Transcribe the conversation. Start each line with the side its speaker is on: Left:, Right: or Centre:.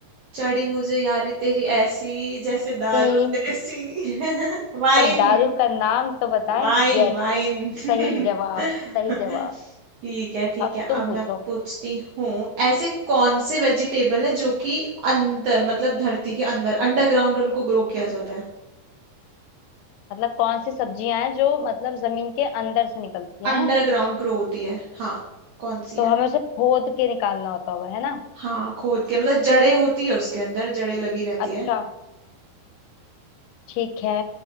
Right: चढ़ी मुझे यारी तेरी ऐसी जैसे दारू
Left: तीन
Right: देसी <laughs> वाइन
Left: पर दारू का नाम तो बताएं
Right: Wine
Left: यस
Right: wine <laughs>
Left: सही जवाब सही जवाब
Right: ठीक है ठीक
Left: अब
Right: है
Left: तुम
Right: अब
Left: पूछो
Right: मैं पूछती हूँ ऐसे कौन से वेजिटेबल है जो कि अंदर मतलब धरती के अंदर अंडरग्राउंड उनको ग्रो किया जाता है
Left: मतलब कौन सी सब्जियां हैं जो मतलब जमीन के अंदर से निकलती
Right: अंडरग्राउंड
Left: हैं
Right: ग्रो होती है हाँ कौन सी
Left: तो
Right: है
Left: हमें उसे खोद के निकालना होता होगा है ना
Right: हाँ खोद के मतलब जड़ें होती है उसके अंदर जड़ें लगी रहती
Left: अच्छा
Right: है
Left: ठीक है